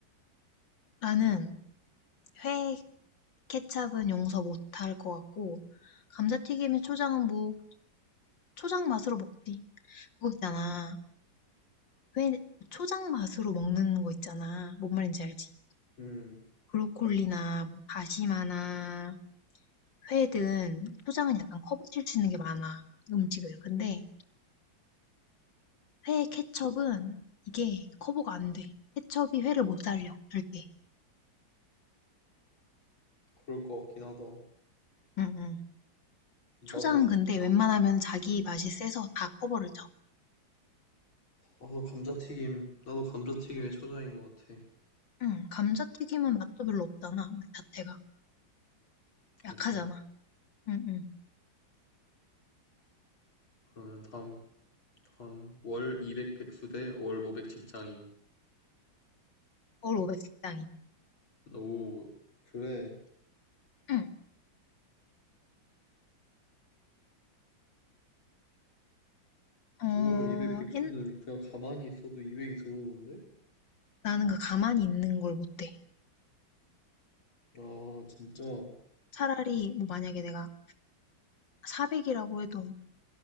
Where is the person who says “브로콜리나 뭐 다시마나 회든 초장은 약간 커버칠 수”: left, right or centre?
Left